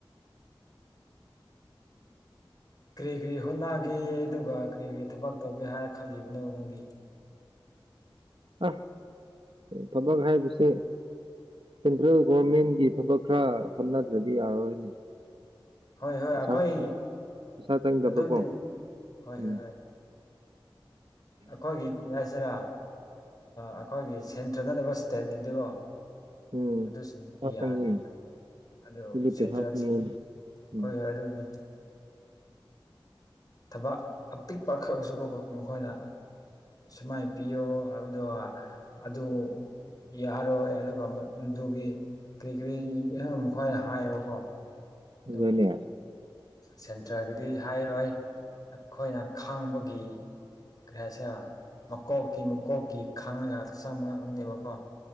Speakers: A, on the left (about 45°); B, on the right (about 65°).
A: ꯀꯔꯤ ꯀꯔꯤ ꯍꯣꯠꯅꯒꯦ ꯑꯗꯨꯒ ꯀꯔꯤ ꯀꯔꯤ ꯊꯕꯛ ꯇꯧꯒꯦ ꯍꯥꯏꯔ ꯈꯜꯂꯤꯕꯅꯣ ꯅꯪꯗꯤ
B: ꯑꯁ ꯊꯕꯛ ꯍꯥꯏꯕꯁꯦ ꯁꯦꯟꯇ꯭ꯔꯦꯜ ꯒꯣꯔꯚꯃꯦꯟꯒꯤ ꯊꯕꯛ ꯈꯔ ꯍꯣꯠꯅꯗ꯭ꯔꯗꯤ ꯌꯥꯔꯔꯣꯏꯅꯦ
A: ꯍꯣꯏ ꯍꯣꯏ
B: ꯄꯩꯁꯥ
A: ꯑꯩꯈꯣꯏ
B: ꯄꯩꯁꯥ ꯆꯪꯗꯕꯀꯣ
A: ꯑꯗꯨꯅꯤ ꯍꯣꯏ
B: ꯎꯝ
A: ꯍꯣꯏ ꯍꯣꯏ ꯑꯩꯈꯣꯏꯒꯤ ꯀꯔꯤ ꯍꯥꯏꯁꯤꯔꯥ ꯑꯩꯈꯣꯏꯒꯤ ꯁꯦꯟꯇ꯭ꯔ ꯅꯠꯇꯕ ꯏꯁꯇꯦꯠꯀꯤꯗꯨꯒꯣ
B: ꯎꯝ
A: ꯑꯗꯨꯁꯤꯡꯁꯨ
B: ꯄꯩꯁꯥ
A: ꯌꯥꯗꯦꯕ
B: ꯆꯪꯉꯤꯅꯦ
A: ꯑꯣ
B: ꯁꯤꯗꯤ
A: ꯁꯦꯟꯗ꯭ꯔꯁꯤ
B: ꯄꯩꯁꯥ ꯆꯪꯉꯤꯅꯦ ꯎꯝ
A: ꯍꯣꯏ ꯍꯣꯏ ꯑꯗꯨꯅꯤ ꯊꯕꯛ ꯑꯄꯤꯛꯄ ꯈꯛꯁꯨ ꯃꯈꯣꯏꯅ ꯁꯨꯃꯥꯏꯅ ꯄꯤꯌꯣ ꯑꯗꯣ ꯑꯗꯨ ꯌꯥꯔꯣꯏ ꯑꯗꯨꯒ ꯑꯗꯨꯒꯤ ꯀꯔꯤ ꯀꯔꯤ ꯃꯈꯣꯏꯅ ꯍꯥꯏꯌꯦꯕꯀꯣ ꯑꯗꯨ
B: ꯑꯗꯨꯅ
A: ꯁꯦꯟꯇ꯭ꯔꯒꯤꯗꯤ ꯍꯥꯏꯔꯣꯏ ꯑꯩꯈꯣꯏꯅ ꯈꯥꯡꯕꯒꯤ ꯀꯔꯤ ꯍꯥꯏꯁꯤꯔ ꯃꯀꯣꯛꯀꯤ ꯃꯀꯣꯛꯀꯤ ꯈꯥꯡꯉꯒ ꯆꯪ ꯐꯅꯦꯕꯀꯣ